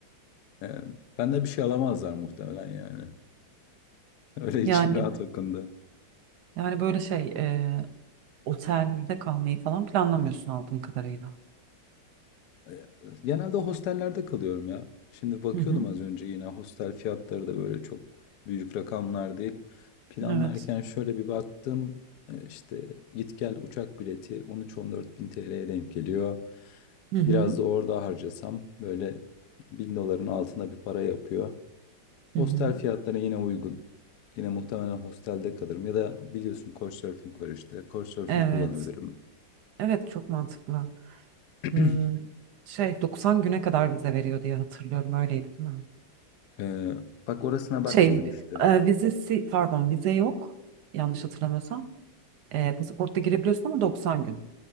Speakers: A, on the left (about 70°); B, on the right (about 70°).
A: E, benden bir şey alamazlar muhtemelen yani. <laughs> Öyle içim
B: Yani
A: rahat o konuda.
B: yani böyle şey e, otelde kalmayı falan planlamıyorsun aldığım kadarıyla.
A: E, Genelde hostellerde kalıyorum ya. Şimdi bakıyordum
B: Hı hı.
A: az önce yine hostel fiyatları da böyle çok büyük rakamlar değil. Planlarken
B: Evet.
A: şöyle bir baktım. E, İşte git gel uçak bileti 13-14 bin TL'ye denk geliyor.
B: Hı hı.
A: Biraz da orada harcasam böyle bin doların altında bir para yapıyor. Hostel
B: Hı hı.
A: fiyatları yine uygun. Yine muhtemelen hostelde kalırım. Ya da biliyorsun Couchsurfing var işte. Couchsurfing
B: Evet.
A: kullanabilirim.
B: Evet çok mantıklı.
A: <clears throat>
B: Hmm, Şey 90 güne kadar vize veriyor diye hatırlıyorum. Öyleydi değil mi?
A: Ee, bak orasına bakmadım
B: Şey
A: işte.
B: e, vizesi pardon vize yok. Yanlış hatırlamıyorsam. E, pasaportta girebiliyorsun ama 90 gün